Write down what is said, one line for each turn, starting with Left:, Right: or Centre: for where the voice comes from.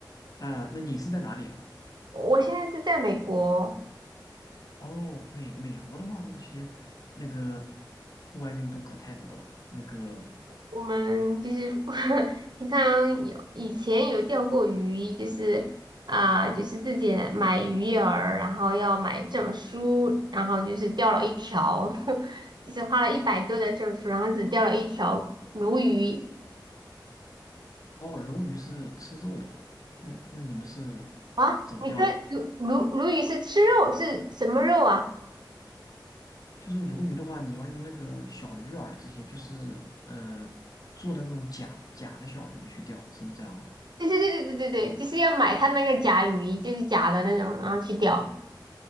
Left: 啊、那你是在哪里啊？
Right: 我现在是在美国，
Left: 哦，美美国的话，那些那个户外运动可太多了。那个
Right: 我们就是 <laughs> 平常有以前有钓过鱼，就是啊、就是自己买鱼饵，然后要买证书，然后就是钓了一条，<laughs> 就是花了一百多的证书，然后只钓了一条鲈鱼。
Left: 哦，鲈鱼是吃肉的，那那你们是怎么钓的？
Right: 啊，你说鲈鲈鲈鱼是吃肉，是什么肉啊？
Left: 就是鲈鱼的话，你要用那个小鱼饵这些，就是呃做的那种假假的小鱼去钓，是不是这样吗？
Right: 对对对对对对对，就是要买它那个甲鱼，就是假的那种，然后去钓。